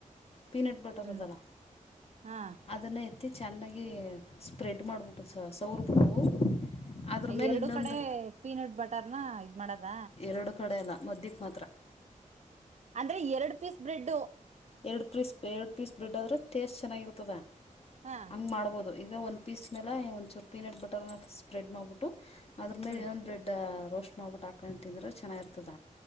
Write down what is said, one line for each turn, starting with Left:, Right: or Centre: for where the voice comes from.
Left: ಪೀನಟ್ ಬಟರ್
Right: ಹ್ಮ್
Left: ಅದಲ್ಲ
Right: ಹಾ
Left: ಅದನ್ನ ಎತ್ತ ಅತ್ತ ಚೆನ್ನಾಗಿ ಸ್ಪ್ರೆಡ್ ಮಾಡಿಬಿಟ್ಟು ಸ ಸವ್ರಬುಟ್ಟು ಅದ್ರ ಮೇಲೆ
Right: ಎರಡು
Left: ಇನ್ನೊಂದು
Right: ಕಡೆ ಪೀನಟ್ ಬಟರ್ನ ಇದ್ ಮಾಡದ
Left: ಎರಡು ಕಡೆ ಎಲ್ಲ ಮದ್ದಿಕ್ ಮತ್ತ- ಅತ್ರ <inaudible>
Right: ಅಂದ್ರೆ ಎರಡು ಪೀಸ್ ಬ್ರೆಡ್
Left: ಎರಡು ಪೀಸ್ -ಎರಡು ಪೀಸ್ ಬ್ರೆಡ್ ಆದರೆೆ ಟೇಸ್ಟ್ ಚೆನ್ನಾಗಿರ್ತದ.
Right: ಹಾ
Left: ಹಂಗೆ ಮಾಡ್ಬೋದು ಈಗ ಒಂದು- ಪೀಸ್ ಮೇಲೆ ಒಂದಚೂರು ಪೀನಟ್ ಬಟರ್ನ ಸ್ಪ್ರೆಡ್ ಮಾಡಿಬಿಟ್ಟು ಅದ್ರ ಮೇಲೆ
Right: ಹ್ಮ್
Left: ಇನ್ನೊಂದು ಬ್ರೆಡ್ ರೋಸ್ಟ್ ಮಾಡ್ಬಿಟ್ಟು ಹಾಕೊಂಡು ತಿಂದ್ರೆ ಚೆನ್ನಾಗಿರ್ತದ.